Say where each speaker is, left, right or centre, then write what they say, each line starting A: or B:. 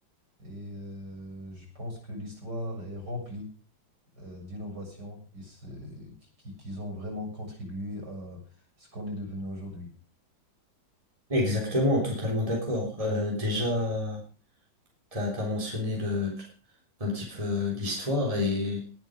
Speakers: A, on the right; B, on the right.
A: Et euh, je pense que l'histoire est remplie euh, d'innovation et ce- qui, qui- qu'ils ont vraiment contribué à ce qu'on est devenu aujourd'hui.
B: Exactement, totalement d'accord. Euh, déjà, t'as, t'as mentionné le, un petit peu l'histoire et